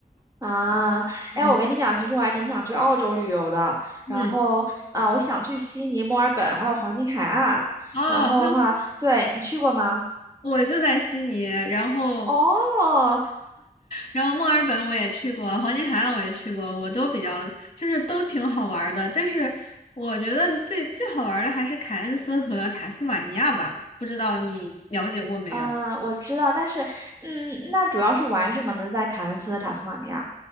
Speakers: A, on the right (about 20°); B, on the left (about 45°).
A: 啊，
B: <laughs> 嗯
A: 哎，我跟你讲，其实我还挺想去澳洲旅游的，
B: 嗯，
A: 然后啊，我想去悉尼、墨尔本还有黄金海岸，
B: 哦，
A: 然后的话，
B: 那。
A: 对你去过吗？
B: 我就在悉尼，然后
A: 哦，
B: 然后墨尔本我也去过，黄金海岸我也去过，我都比较就是都挺好玩儿的。但是我觉得最最好玩儿的还是凯恩斯和塔斯马尼亚吧，不知道你了解过没有？
A: 嗯，我知道，但是嗯，那主要是玩什么呢？在凯恩斯和塔斯马尼亚，